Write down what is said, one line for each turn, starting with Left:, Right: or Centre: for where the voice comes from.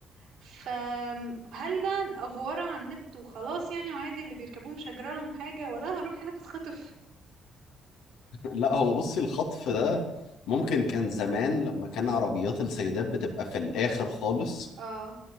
Right: فهل ده افورة على النت وخلاص يعني وعادي اللي بيركبوه مش هجرى لهم حاجة ولا هروح هناك اتخطف
Left: لا هو بصي الخطف ده ممكن كان زمان لما كان عربيات السيدات بتبقى في الآخر خالص
Right: اه